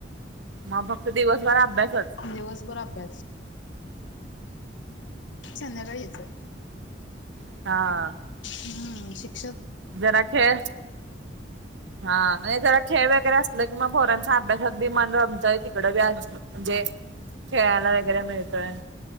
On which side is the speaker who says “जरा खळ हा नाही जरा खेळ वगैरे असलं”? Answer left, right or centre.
Right